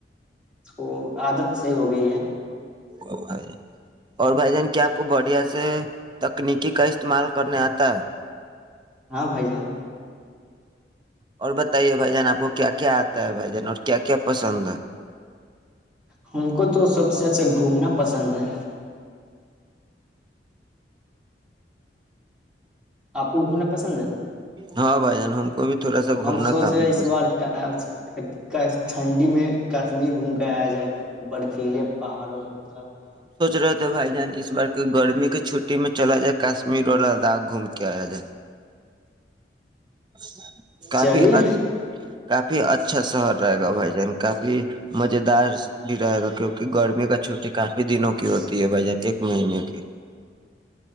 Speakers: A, in the centre; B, on the right.
A: وہ عادت سے ہو گئی ہے
B: او بھائی اور بھائی جان کیا اپ کو باڈی سے تکنیکی کا استعمال کرنے اتا ہے
A: ہاں بھائی جان
B: اور بتائیے بھائی جان آپ کو کیا کیا آتا ہے بھائی جان اور کیا کیا پسند ہے
A: ہم کو تو سب سے اچھا گھومنا پسند ہے آپ کو گھومنا پسند ہے
B: ہاں بھائی جان ہم کو بھی تھوڑا سا گھومنا
A: ہم سوچ
B: کافی
A: رہے ہیں اس
B: پسند
A: بار کا ٹھنڈی میں کشمیر گھوم کے ایا جائے برفیلے پہاڑوں کی طرف
B: ر دو بھائی جان اس بار کوئی گرمیوں کی چھٹی میں چلا جائے کشمی رولا داغ گھوم کے ایا ج <inaudible> کافی
A: چلیے
B: <unintelligible> کافی اچھا سا رہے گا بھائی جان کافی مزیدار بھی رہے گا کیونکہ گرمیوں کا چھٹی کافی دنوں کی ہوتی ہے بھائی جان ایک مہینے کی